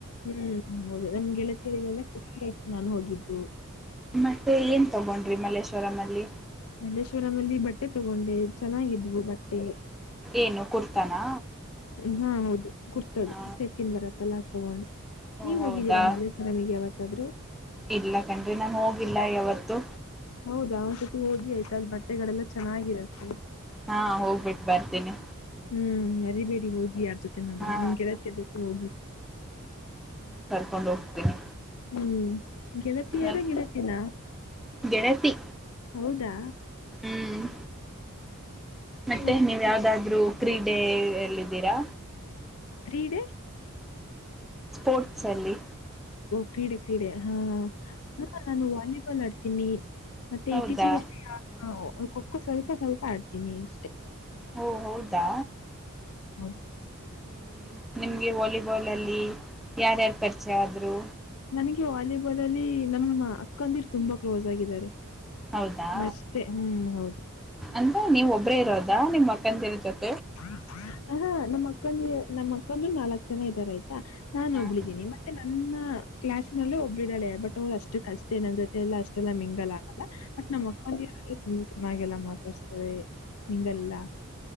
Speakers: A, on the left; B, in the centre.
A: ಹ್ಮ್ ಹೌದು ನಮ್ ಗೆಳತರಿಗೆಲ್ಲ ಖುಷಿ ಆಯತು ನಾನು ಹೋಗಿದ್ದು
B: ಮತ್ತೆ ಏನ್ ತಗೊಂಡ್ರಿ ಮಲ್ಲೇಶ್ವರಂ ಅಲ್ಲಿ
A: ಮಲ್ಲೇಶ್ವರಂಲ್ಲಿ ಬಟ್ಟೆ ತಗೊಂಡೆ ಚೆನ್ನಾಗಿದ್ವು ಬಟ್ಟೆ
B: ಏನು ಕುರ್ತಾನಾ
A: ಹಾ ಹೌದು ಕುರ್ತದು
B: ಹಾ
A: ಸೆಟ್ಟನ್ ಬರತ್ತಲ್ಲಾ ಅದು ತಗೊಂಡೆ
B: ಓ
A: ನೀವ
B: ಹೌದಾ
A: ಹೋಗಿದ್ದೀರಾ ಮಲ್ಲೇಶ್ವರಾಮಿಗೆ ಯಾವತ್ತಾದ್
B: ಇಲ್ಲ ಕನ್ಡ್ರಿ ನನ್ ಹೋಗಿಲ್ಲ ಯಾವತ್ತುೂ
A: ಹೌದಾ ಹೋಗಿ ಆಯ್ತಾ ಅಲ್ ಬಟ್ಟೆಗಳೆಲ್ಲಾ ಚೆನ್ನಾಗಿರುತ್ತೆ
B: ಹಾ ಹೋಗ್ಬಿಟ್ಟು ಬರ್ತೇನಿ
A: ಹ್ಮ್ ಮರಿಬೇಡಿ ಹೋಗಿ ಯಾರ್ ಜೊತೆನಾದ್ರು
B: ಹಾ
A: ನಿಮ್ಮ ಗೆಳತಿಯರ ಜೊತೆ ಹೋಗಿ
B: ನಾಡು ಕೊಡು ಹೋಗ್ತೇನೆ <unintelligible>
A: ಹ್ಮ್ ಗೆಳತಿಯಾರ
B: ಮತ್
A: ಗೆಳತಿನ
B: ಗೆಳತಿ
A: ಹೌದಾ
B: ಹ್ಮ್ ಮತ್ತೆ
A: ಮತ್
B: ನೀವ್ ಯಾವ್ದಾದ್ರು. ಕ್ರೀಡ ಎಲ್ಲಿದ್ದೀರಾ?
A: ಫ್ರೀಡೇ
B: ಸ್ಪೋರ್ಟ್ಸ್ ಅಲ್ಲಿ
A: ಕ್ರೀಡೆ ಕ್ರೀಡೆ ಹಾ ಹ ನಾನು ವಾಲಿಬಾಲ್ ಆಡ್ತೀನಿ ಮತ್ತೆ
B: ಹೌದಾ
A: ಇತ್ತೀಚಿಗಷ್ಟೇ ಖಖೋ ಸ್ವಲ್ಪ ಸ್ವಲ್ಪ ಆಡ್ತೀನಿ ಅಷ್ಟೇ
B: ಓ ಹೌದಾ
A: ಹೌದು.
B: ಹ್ಮ್ ನಿಮ್ಗೆ ವಾಲಿಬಾಲ್ ಅಲ್ಲಿ ಯಾರ್ಯಾರು ಪರಿಚಯ ಆದ್ರು
A: ನನಗೆ ವಾಲಿಬಾಲ್ ಅಲ್ಲಿ ನಮ್ಮ ಅಕ್ಕಂದಿಟ್ಟ ತುಂಬಾ ಕ್ಲೋಸ್ ಆಗಿದ್ದಾರೆ
B: ಹೌದಾ
A: ಅಷ್ಟೇ ಹ್ಮ್ ಹೌದು
B: ಅಂದ ನೀವ ಒಬ್ರೇ ಇರೋದಾ ನಿಮ್ ಅಕ್ಕಂದಿ ಜೊತೆ
A: ಹ ಹ ನಮ್ಮ ಅಕ್ಕಂದ ನಮ್ಮ ಅಕ್ಕಂದರು ನಾಲ್ಕ್ ಜನ ಇದ್ದಾರಯ್ತು ನಾನು
B: ಹ
A: ಒಬ್ಬಳಿದ್ದೀನಿ ಮತ್ತೆ ನನ್ನ ಕ್ಲಾಸ್ ನಲ್ಲೂ ಒಬ್ಳಿದ್ದಾಳೆ ಬಟ್ ಅವರು ಅಷ್ಟುಕೆ ಅಷ್ಟೇ ನನ್ನ ಜೊತೆಲ್ಲ ಅಷ್ಟ. ಮೆಲ್ಲ ಮಿಂಗಲ್ ಆಗಲ್ಲ ಬಟ್ ನಮ್ಮ್ ಮಕ್ಕ ಚೆನ್ನಾಗೆಲ್ಲ ಮಾತಾಡ್ಸ್ತವೆ ನಿಂಗಲ್ಲ.